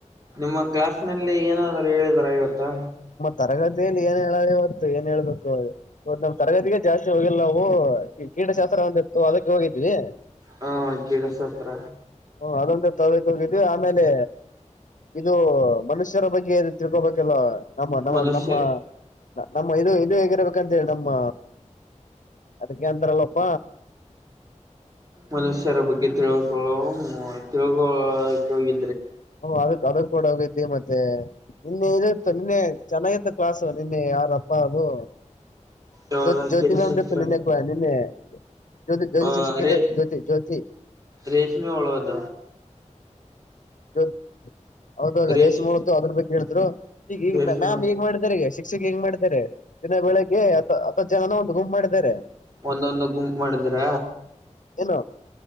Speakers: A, on the right (about 30°); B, on the left (about 80°).
A: ನಿಮ್ಮ ಕ್ಲಾಸ್ನಲ್ಲಿ ಏನಾದರೂ ಹೇಳಿದರಾ ಇವತ್ತಾ
B: ತರಗತಿಯಲಿ ಏನ್ ಹೇಳ ಇವತ್ತು ಏನ್ ಹೇಳ್ಬೇಕು ಇವತ್ ನಮ ತರಗತಿಗೆ ಜಾಸ್ತಿ ಹೋಗಿಿಲ್ಲ ನಾವು ಈ ಕೀಟಶಾಸ್ತ್ರ ಒಂದಿತ್ತು ಅದಕ್ಕೆ ಹೋಗಿದೀವಿ
A: ಹ ಕೇಳಸತ್ರ
B: ಹ್ಮ ಅದೊಂದ ತೊಗಕ್ ಹೋಗಿದ್ದ್ ಆಮೇಲೆ ಇದು ಮನುಷ್ಯರ ಬಗ್ಗೆ ಏ ತಿಳ್ಕೋಬೇಕಲ್ಲ ನಮ್ಮ ನಮ್ಮ
A: ಮನುಷ್ಯ
B: ನಮ್ಮ ನಮ್ಮ ಇದು ಇದು ಹೇಗಿರ್ಬೇಕಂತ ಹೇಳಿ ನಮ್ಮ ಅದಕ್ಕೆ ಏನ್ಂತರಲ್ಲಪ್ಪ
A: ಮನುಷ್ಯರ ಬಗ್ಗೆ ತಿಳ್ಕೊಳ್ಳೋ ತಿಳ್ಕೊಳಕ ಹೋಗಿ
B: ಹ ಅದ ಅದ ಕೊಡೋಗತಿ ಮತ್ತೆ ನಿನ್ನೆ ಇ ನಿನ್ನೆ ಚೆನ್ನಾಗಿಂತ ಕ್ಲಾಸ್ ಅವ ನಿನ್ನೆ ಯಾರ ಅಪ್ಪ ಅದು
A: ಯಾವ್ದ
B: ಜ್ಯೋತಿ ಜ್ಯೋತಿ
A: ಕೇಳಸತ್ರ
B: ಉಂ ನಿನ್ನೆ ಕ ನಿನ್ನೆ ಜ್ಯೋತಿ ಜ್ಯೋತಿ
A: ಅ
B: ಶಿಕ್ಷಕಂದ
A: ರೇ
B: ಜ್ಯೋತಿ ಜ್ಯೋತಿ
A: ರೇಷ್ಮೆ ಒಳದ
B: ಚ ಹೌದೌದು
A: ರೇಷ್
B: ರೇಷ್ಮಳ್ದು ಅದ್ರ ಬಗ್ಗೆ ಹೇಳಿದ್ರು ಈಗ ಈಗ
A: ರೇಷ್ಮೆ
B: ಮ್ಯಾಮ್ ಈೇಗ್ ಮಾಡಿದಿದ್ದಾರೆ ಈಗ ಿಗೆ ಹೆಂಗ ಮಾಡಿದ್ದಾರೆ ದಿನ ಬೆಳಗ್ಗೆ ಹತ್ತ ಜನ ಒಂದು ಗುಮ್ ಮಾಡಿದ್ದಾರೆ
A: ಒಂದೊಂದು ಗುಂಪ್ ಮಾಡಿದ್ರ
B: ಏನ